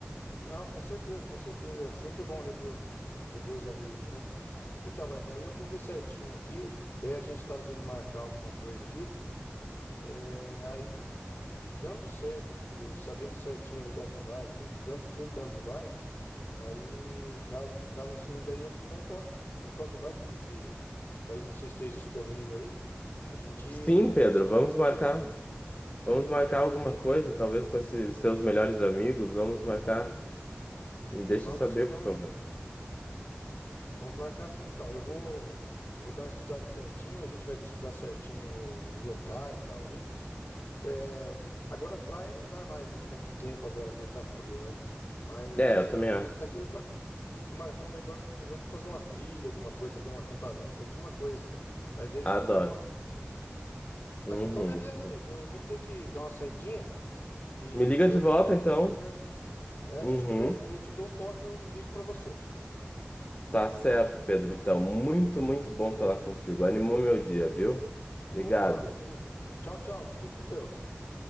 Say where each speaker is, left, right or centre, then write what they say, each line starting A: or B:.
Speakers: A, on the left (about 60°); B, on the left (about 35°).
A: Não, com certeza, com certeza. É sempre bom rever, o- rever os amigos, né? Então, mas daí eu vou ver certinho aqui. Até a gente estava querendo marcar alguma coisa aqui. É, aí, dando certo aqui, eu sabendo certinho o lugar que vai, quem, quan- quem tanto vai, aí, caso, no caso assim, daí eu te dou um toque. Dou Um toque vai que, que, que talvez você esteja disponível aí. A gente,
B: Sim,
A: a
B: Pedro,
A: gente viaja
B: vamos
A: junto
B: marcar.
A: aí também.
B: Vamos marcar alguma
A: Sim,
B: coisa,
A: sim.
B: talvez com esses seus melhores amigos. Vamos marcar. Me deixa
A: Vamos
B: saber,
A: sim, vamos,
B: por favor.
A: vamos marcar sim. Então, eu vou, eu vou dar uma estudada certinho, a gente vai estudar certinho os locais e tal ali. É, agora a praia não dá mais, né? Por causa do tempo agora que tá frio, né? Mas
B: É, eu também acho.
A: a gente tá aqui mar- tem que marcar um negócio, um negócio pra fazer uma trilha, alguma coisa ali, um acampamento, alguma coisa assim. Mas daí eu te
B: Adoro.
A: dou um toque. sim. Mas
B: Uhum.
A: então, beleza, amigo. Eu vou ter que dar uma saidinha e
B: Me liga de
A: outra
B: volta,
A: hora daí
B: então.
A: a gente conversa. É, a
B: Uhum.
A: gente conversa, daí eu te dou um toque, eu ligo pra você.
B: Tá certo, Pedro. Então, muito, muito bom falar contigo. Animou meu dia, viu? Obrigado.
A: Opa, que isso. Tchau, tchau. Tu Fica com Deus.